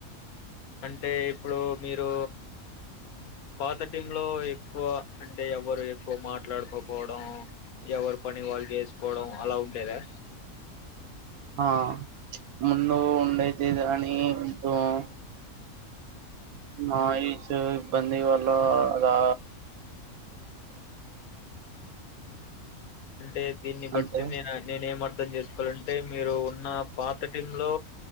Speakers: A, on the left; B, on the right.
A: అంటే ఇప్పుడు మీరు పాత టీమ్ లో ఎక్కువ అంటే ఎవరు ఎక్కువ మాట్లాడుకోపోవడం ఎవరు పని వాళ్ళు చేసుకోవడం అలా ఉండేదా
B: ఆ ముందు ఉండైతేదని <unintelligible> నాయిసు ఇబ్బంది వాళ్ళ రా
A: అంటే దీన్ని
B: అంటే
A: బట్టి నేన్ అనే నేన్నేం అర్ద్ అర్థం చేసుకోవాలంటే మీరు ఉన్న పాత టీంలో